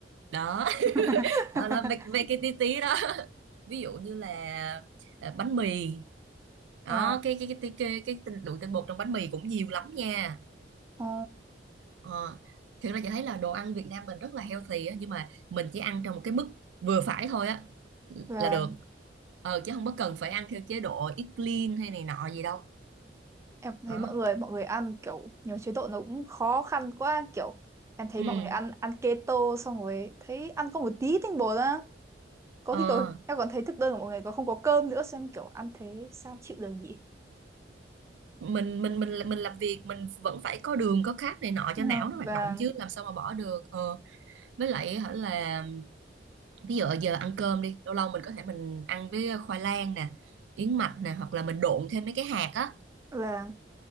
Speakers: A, on the right; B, on the right.
A: đó
B: <laughs>
A: <laughs> đó là mấy, mấy cái tí tí đó ví dụ như là à, bánh mì đó
B: Ờ
A: cái cái cái cái cái, cái tinh, lượng tinh bột trong bánh mì cũng nhiều lắm nha
B: Ờ,
A: ờ, thực ra chị thấy là đồ ăn Việt Nam mình rất là healthy á nhưng mà mình chỉ ăn trong một cái mức vừa phải thôi á
B: và
A: là được ờ chứ không có cần phải ăn theo chế độ eat clean hay này nọ gì đâu
B: em cũng
A: đó
B: thấy mọi người mọi người ăn kiểu nhiều chế độ nó cũng khó khăn quá kiểu em thấy
A: ừ
B: mọi người ăn ăn keto xong rồi thấy ăn có một tí tinh bột á có
A: Ờ,
B: khi còn em còn thấy thực đơn của mọi người còn không có cơm nữa xem kiểu ăn thế sao chịu được nhỉ
A: mình mình mình mình làm việc mình vẫn phải có đường có carb này nọ
B: Ờ,
A: cho não nó hoạt
B: và
A: động chứ làm sao mà bỏ được ờ, với lại hả là ví dụ giờ ăn cơm đi lâu lâu mình có thể mình ăn với khoai lang nè yến mạch nè hoặc là mình độn thêm mấy cái hạt á
B: và